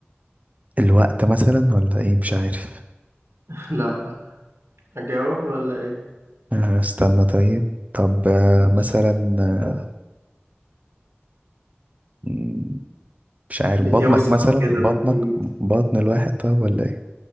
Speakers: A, on the right; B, on the right.
A: الوقت مثلا ولا ايه مش عارف
B: <laughs> لا أجاوب ولا إيه
A: آه، استنى طيب طب آه،
B: ماشي
A: مثلا آه، مم، مش عارف
B: بتوسع
A: بطنك مثلا
B: كده
A: بطنك
B: بتزيد
A: بطن الواحد طيب ولا ايه